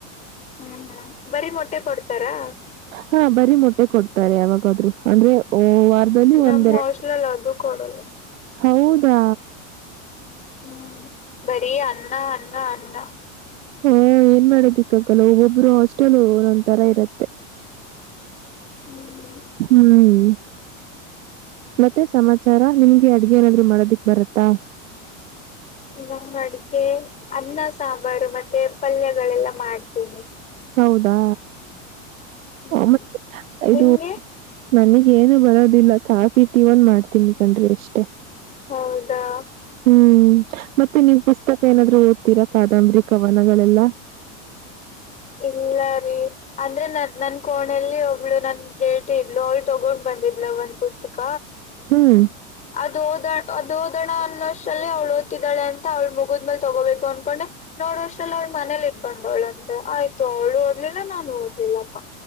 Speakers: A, on the left; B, on the right.
A: ಹ್ಮ್ ಹ್ಮ್ ಬರಿೀ ಮೊಟ್ಟೆ ಕೊಡ್ತಾರಾ.
B: ಹಾ ಬರಿೀ ಮೊಟ್ಟೆ ಕೊಡ್ತಾರೆ ಯಾವಾಗಾದ್ರು ಅಂದ್ರೆ. ವಾರದಲ್ಲಿ
A: ನಮ್ಮ್
B: ಒಂದೆರಡು
A: ಹಾಸ್ಟೆಲಲ್ಲಿ ಅದು ಕೊಡಲ್ಲ.
B: ಹೌದಾ
A: ಹ್ಞೂ ಬರೀ ಅನ್ನ ಅನ್ನ ಅನ್ನ
B: ಹ ಏನ್ ಮಾಡೋದಕ್ಕಾಗಲ್ಲ ಒಬ್ಬೊಬ್ರು ಹಾಸ್ಟೆಲ್ ಒಂದೊಂದ್ ತರ ಇರುತ್ತೆ ಇರತ್ತೆ
A: ಹ್ಮ್
B: ಹ್ಮ್ ಮತ್ತೆ ಸಮಾಚಾರ ನಿಮ್ಗೆ ಅಡ್ಗೆ ಏನಾದ್ರೂ ಮಾಡೋದಿಕ್ ಬರತ್ತಾ <inaudible>
A: ನನಗೆ ಅಡಿಗೆ ಅನ್ನ ಸಾಂಬಾರು ಮತ್ತೆ ಪಲ್ಯಗಳೆಲ್ಲ ಮಾಡ್ತೀನಿ
B: ಹೌದಾ
A: ಹ್ಮ್
B: ಮತ್ತೆ ಇದು
A: ನಿಮ್ಗೆ
B: ನನಗ್ ಏನು ಬರೋದಿಲ್ಲ ಕಾಫಿ ಟೀ ಒನ್ ಮಾಡ್ತೀನಿ ಕಣ್ರಿ ಅಷ್ಟೇ
A: ಹೌದಾ
B: ಹ್ಮ್ ಮತ್ತೆ ನೀವು್ ಪುಸ್ತಕ ಏನಾದ್ದ್ರೂ ಓದ್ತೀರಾ ಕಾದಂಬರಿ ಕವನಗಳೆಲ್ಲಾ <inaudible>
A: ಇಲ್ಲ ರೀ ಅಂದ್ರೆ ನ ನನ್ ಕೋಣೆಯಲ್ಲಿ ಒಬ್ಳು ನನ್ ಗೇಟ್ ಇದ್ಲು ಅವಳು ತಗೊಂಡ್ ಬಂದ ವಿದ್ಲ ಒನ್ ಪುಸ್ತಕ
B: ಹ್ಮ್
A: ಅದು ಓದ ಅದು ಓದೋಣ ಅನ್ನೋಷ್ಟಲ್ಲಿ ಅವ್ಳ ಓದತಿದ್ದಾಳೆ ಅಂತ ಅವ್ಳ ಮುಗಿದಮೇಲೆ ತಗೋಬೇಕು ಅನ್ಕೊಂಡೆ ನೋಡ್ವರ್ಲ್ಲ ಅವ್ಳ ಮನೇಲಿ ಇಟ್ ಬಂದವಳಂತೆ ಆಯ್ತು ಅವ್ಳು ಓದ್ಲಿಲ್ಲ ನಾನು ಓದ್ಲಿಲ್ಲಪ್ಪ